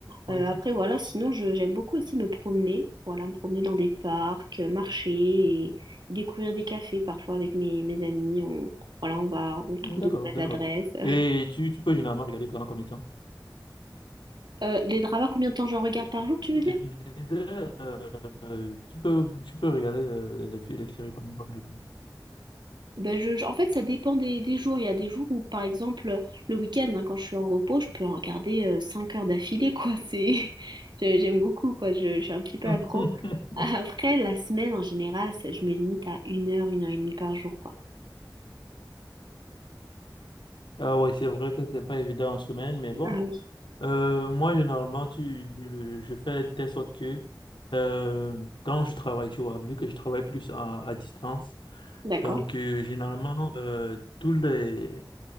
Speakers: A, on the left; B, on the right.
A: Oui,
B: Euh, après, voilà, sinon, je, j'aime beaucoup aussi me promener. Voilà, me promener dans des parcs, euh, marcher et, et découvrir des cafés parfois avec mes, mes amis. On, voilà, on va, on trouve
A: d'accord,
B: de nouvelles
A: d'accord.
B: adresses. <laughs>
A: Et tu, tu peux généralement regarder pendant combien de temps?
B: Euh, les dramas, combien de temps j'en regarde par jour, tu veux dire?
A: Je disais, euh, tu peux, tu peux regarder euh, les, les, les séries pendant combien de temps?
B: Ben je, je- en fait, ça dépend des, des jours. Il y a des jours où, par exemple, le week-end, hein, quand je suis en repos, je peux en regarder euh, cinq heures d'affilée, quoi. C'est, <laughs> j'ai- j'aime beaucoup, quoi. Je, je suis un petit peu
A: <laughs>
B: accro. Après, la semaine, en général, ça- je me limite à une heure, une heure et demie par jour, quoi.
A: Ah ouais, c'est vrai que c'est pas évident en semaine, mais bon.
B: Ah oui,
A: Euh, moi, généralement, tu, je, je fais de telle sorte que euh, quand je travaille, tu vois, vu que je travaille plus à, à distance,
B: d'accord.
A: donc euh, généralement, euh, tous les,